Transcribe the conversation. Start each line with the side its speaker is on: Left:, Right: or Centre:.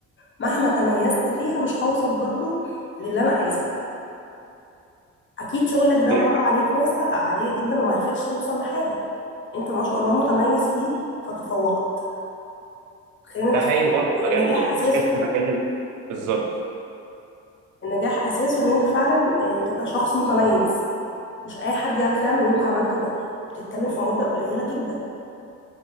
Left: مهما تميزت فيها مش هوصل برضو للي انا عايزاه اكيد
Right: مم.
Left: شغلك ده
Right: فاهم.
Left: مر عليك ناس لا عاديه جدا وما عرفتش توصل لحاجه انت ما شاء الله متميز فيه فتفوقت خلينا متفقين
Right: ده حقيقي برضه
Left: إن
Right: مجال
Left: النجاح اساسه
Right: مشكله المجال بالظبط
Left: النجاح اساسه ان انت فعلا آه، تبقى شخص متميز مش اي حد يعرف يعمل اللي انت عملته ده بتتكلم في مده قليله جدا